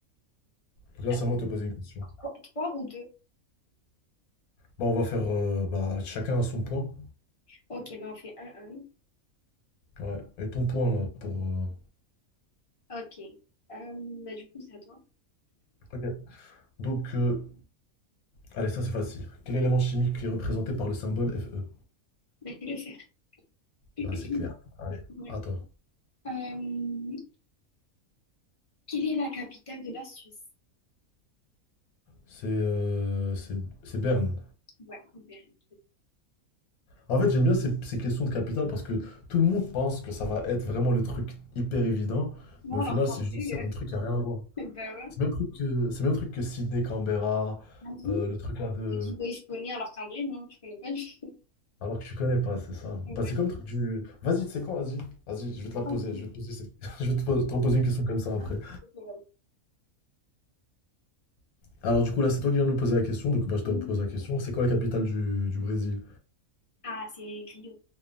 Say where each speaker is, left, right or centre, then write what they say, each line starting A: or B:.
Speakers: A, on the left (about 80°); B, on the left (about 30°).
A: Donc là,
B: Attends,
A: c'est à moi de te poser une question.
B: quoi, trois ou deux?
A: Bah, on va faire euh, bah, chacun à son point.
B: Ok, ben on fait un,
A: Ouais. Et ton point, là, pour. euh,
B: un. Ok. Euh, ben du coup, c'est à toi.
A: Ok. Donc, euh, allez, ça c'est facile. Quel élément chimique est représenté par le symbole Fe?
B: Ben fais-le faire. <clears throat>
A: Bah, c'est clair. Allez,
B: Ouais.
A: à toi.
B: Euh, quelle est la capitale de la Suisse?
A: C'est euh, c'est c'est Berne.
B: Ouais, ok, ben,
A: En fait, j'aime bien ces, ces questions de capitale parce que tout le monde pense que ça va être vraiment le truc hyper évident,
B: moi,
A: mais au
B: alors
A: final,
B: qu'en
A: c'est juste
B: vrai,
A: c'est un truc qui a rien à voir.
B: euh, <laughs> ben ouais.
A: C'est le même truc que, c'est le même truc que Sydney Canberra,
B: Ah oui?
A: euh, le truc là de.
B: Tu dis, ouais, je connais, alors qu'en vrai, non, je connais pas du tout.
A: Alors que tu connais pas, c'est ça.
B: <laughs> Ouais.
A: Bah, c'est comme le truc du. Vas-y, tu sais quoi, vas-y. Vas-y, je vais te la poser.
B: Ok.
A: Je vais te poser cette- <laughs> je vais te pos- te reposer une question comme ça après.
B: Ah, ok, ouais.
A: Alors du coup là c'est toi qui viens de me poser la question, donc bah, je
B: Hmm.
A: te repose la question. C'est quoi la capitale du, du Brésil?
B: Ah, c'est Rio.